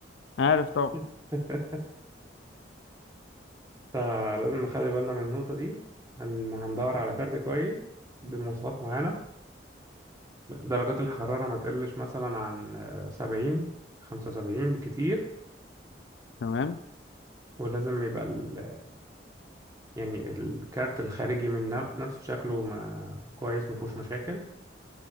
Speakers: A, on the left; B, on the right.
A: عارف طبعا
B: <laughs> فلازم نخلي بالنا من النقطة دي هن... هندور على كارت كويس بمواصفات معينة درجات الحرارة ما تقلش مثلا عن سبعين خمسة وسبعين بالكتير
A: تمام
B: ولازم يبقى ال يعني الكارت الخارجي من نف- نفسه شكله ما كويس ما فيهوش مشاكل